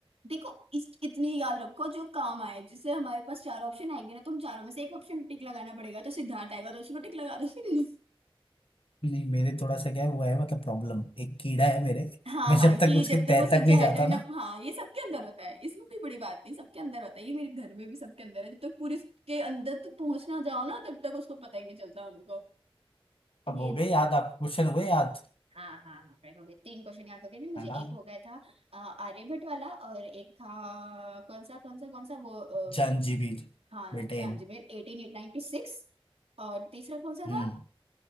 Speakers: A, on the right (about 90°); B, on the left (about 65°).
A: देखो इस इतनी याद रखो जो काम आए जिससे हमारे पास चार ऑप्शन आएंगे ना तो हम चारों में से एक ऑप्शन टिक लगाना पड़ेगा तो सिद्धार्थ आएगा तो उसी को टिक लगा दो <laughs>
B: नहीं मेरे थोड़ा सा क्या है वो है मतलब प्रॉब्लम एक कीड़ा है मेरे
A: हाँ
B: मैं
A: हाँ
B: जब
A: कि
B: तक उसके
A: जब तक
B: तह
A: वो सच्चा
B: तक नहीं जाता
A: है तक ना
B: ना
A: हाँ ये सबके अंदर होता है इसमें कोई बड़ी बात नहीं सबके अंदर होता है ये मेरे घर में भी सबके अंदर है जब तक पूरे के अंदर तक पहुंच ना जाओ ना तब तक उसको पता ही नहीं चलता उनको
B: अब
A: ये
B: हो गए याद आप क्वेश्चन हुए याद
A: हाँ हाँ हाँ right, हो गए तीन क्वेश्चन याद हो गए ना मुझे
B: है ना
A: एक हो गया था अ, आर्यभट्ट वाला और एक था कौन सा कौन सा कौन सा वो अ,
B: Zanzibar
A: हाँ
B: Britain
A: जांजमेर एटीन नाइनटी सिक्स और तीसरा कौन सा
B: हम्म
A: था